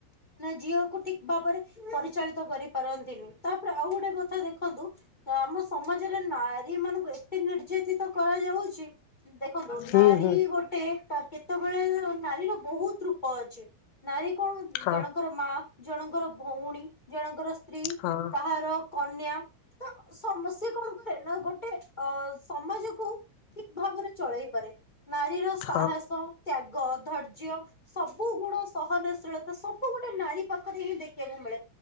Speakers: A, on the left (about 25°); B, on the left (about 75°).
A: ମାନ ଝିଅକୁ ଠିକ ଭାବରେ ପରିଚାଳିତ କରିପାରନ୍ତିନି ତାପରେ ଆଉ ଗୋଟେ କଥା ଦେଖନ୍ତୁ। ତ ଆମ ସମାଜରେ ନାରୀ ମାନଙ୍କୁ ଏତେ ନିର୍ଯତିତ କରାଯାଉଛି ଦେଖନ୍ତୁ ନାରୀ
B: ହୁଁ
A: ନାରୀ
B: ହୁଁ।
A: ଗୋଟେ କେତେବେଳେ ନାରୀର ବହୁତ ରୂପ ଅଛି ନାରୀ କଣ
B: ହଁ
A: ଜଣଙ୍କର ମା ଜଣଙ୍କର ଭଉଣୀ ଜଣଙ୍କର ସ୍ତ୍ରୀ
B: ହଁ
A: କାହାର କନ୍ୟା ତ ସମସ୍ୟା କଣ କରେ ନା ଗୋଟେ ଅ ସମାଜକୁୁ ଠିକ ଭାବରେ ଚଳେଇ ପାରେ। ନାରୀର ସାହସ
B: ହଁ
A: ତ୍ୟାଗ ଧୈର୍ଯ୍ୟ ସବୁ ଗୁଣ ସହନ ସବୁ ଗୋଟେ ନାରୀ ପାଖରେ ହିଁ ଦେଖିବାକୁ ମିଳେ